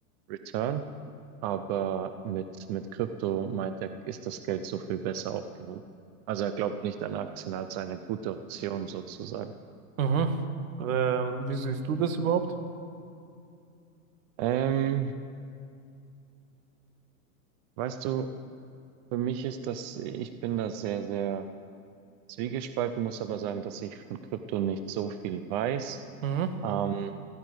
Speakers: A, on the right (about 30°); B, on the right (about 65°).
A: Return. Aber mit, mit Krypto meint er, ist das Geld so viel besser aufgehoben. Also er glaubt nicht an Aktien als eine gute Option sozusagen.
B: Mhm. Ähm, wie siehst du das überhaupt?
A: Ähm, weißt du, für mich ist das, ich bin da sehr, sehr zwiegespalten, muss aber sagen, dass ich von Krypto nicht so viel weiß.
B: Mhm.
A: Ähm,